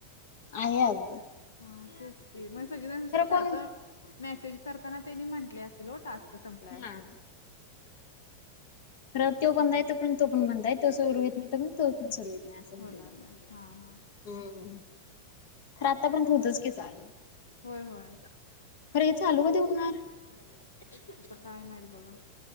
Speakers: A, on the left; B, on the left.
A: <unintelligible>
B: हा तेच की मग सगळेजण
A: खरं
B: सारखं
A: कोण
B: मेसेज करताना त्यांनी म्हटले अस. तिलो टास्क संपलाय
A: हा
B: अस.
A: खर तो बंदा आहे तर पण तो पण बंदा आहे तो सुरूवत नाही तर पण तो पण सुरूवत नाही असं मु
B: होणार हा हा
A: हम्म खरं आता पण तोतच की चालू
B: होय होय
A: खरं हे चालूव देऊणार
B: आ काय माल बघा